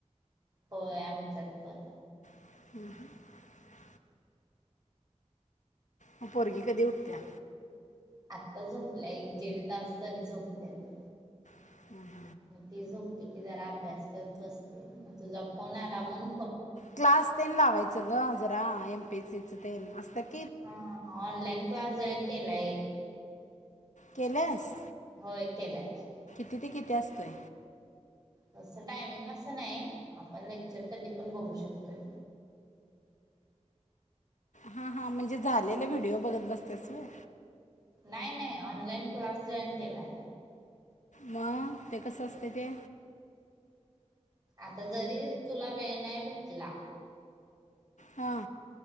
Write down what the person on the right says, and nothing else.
होय आमच्यात पण
आत्ता झोपलाय एक दीड तास झाली झोप त्याची
ती झोपली की जरा अभ्यास करत बसते म तुझा फोन आला म्हणू
हा हा ऑनलाइन क्लास जॉइन केला एक
होय केलाय की
तसं टायमिंग अस नाय आपण लेक्चर कधी पण बघू शकतोय.
नाय नाय ऑनलाइन क्लास जॉइन केलाय.
आता जरी तुला वेळ नाय भेटला